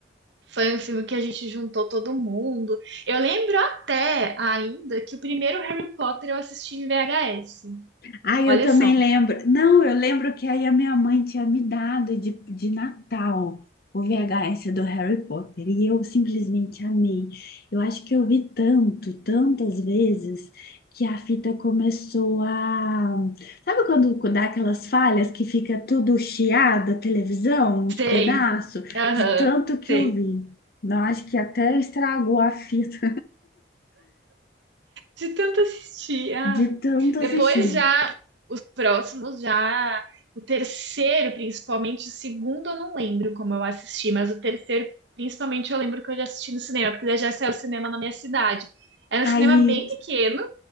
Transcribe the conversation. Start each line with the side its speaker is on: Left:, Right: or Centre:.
Right: foi um filme que a gente juntou todo mundo. Eu lembro até ainda que o primeiro Harry Potter eu assisti em VHS.
Left: Ah, eu
Right: Olha
Left: também
Right: só.
Left: lembro. Não, eu lembro que aí a minha mãe tinha me dado de, de Natal o VHS do Harry Potter e eu simplesmente amei. Eu acho que eu vi tanto, tantas vezes que a fita começou a... Sabe quando dá aquelas falhas que fica tudo chiado, a televisão, uns
Right: Sei.
Left: pedaços?
Right: Aham,
Left: De tanto que
Right: sei.
Left: eu vi. Não, acho que até estragou a fita
Right: De tanto assistir.
Left: <laughs>
Right: ai.
Left: de tanto assistir.
Right: Depois já, os próximos já. O terceiro, principalmente, o segundo eu não lembro como eu assisti, mas o terceiro, principalmente, eu lembro que eu já assisti no cinema, porque já saiu cinema na minha cidade. Era
Left: Aí,
Right: um cinema bem pequeno,